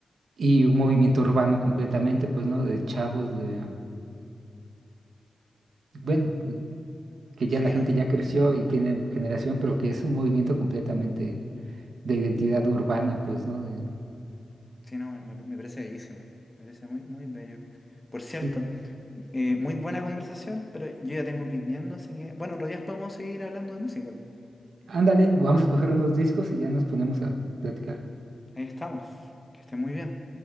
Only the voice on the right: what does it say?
y un movimiento urbano completamente, pues, ¿no? De chavos, de, bueno, que
ya la gente
ya creció y tiene generación, pero que es un movimiento completamente de identidad urbana, pues, ¿no? De,
sí,
ándale, vamos a coger unos discos y ya nos ponemos a a platicar.